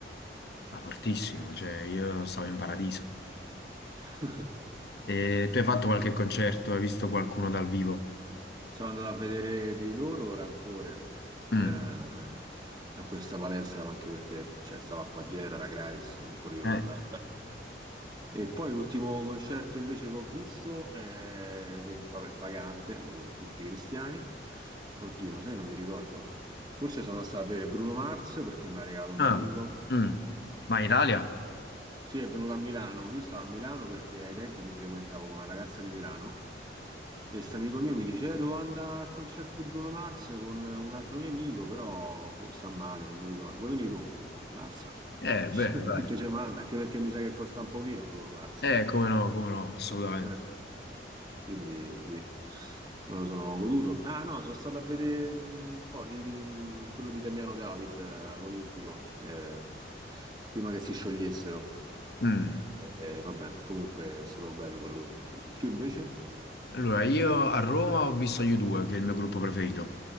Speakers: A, on the left; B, on the right.
A: ma fortissimo, cioè io stavo in paradiso.
B: <laughs>
A: E tu hai fatto qualche concerto, hai visto qualcuno dal vivo?
B: Sono andato a vedere di loro Rancore, eh,
A: Mm. Mm.
B: a questa palestra, anche perché cioè, stava qua dietro, era gratis, non potevo
A: Eh,
B: non andare. E poi l'ultimo concerto invece che ho visto, eh, che vabbè, pagante, come tutti i cristiani, oddio, sai, non mi ricordo. Forse sono stato a vedere Bruno Mars perché me l'ha regalato un
A: Ah,
B: mio amico
A: mm. Ma in Italia?
B: sì, è venuto a Milano. Io stavo a Milano perché ai tempi mi frequentavo con una ragazza di Milano e questo amico mio mi dice: "Eh, Devo andare al concerto di Bruno Mars con un altro mio amico, però boh, sta male, non mi ricordo. Vuoi venire tu? Eh, Mazza,
A: Eh,
B: <laughs>
A: bene, dai.
B: chi te ce manda? Anche perché mi sa che costa un pochino Bruno Mars.
A: Eh, come no, come no, assolutamente.
B: Eh. Quindi sì, me lo sono goduto. Ah no, sono stato a vedere mh, co- i- mh, quello di Damiano David eh, all'Olimpico, eh, prima che si sciogliessero.
A: Mm.
B: Eh, vabbè, comunque è stato bello pure lui. Tu invece?
A: Allora, io a Roma ho visto gli U2, che è il mio gruppo preferito.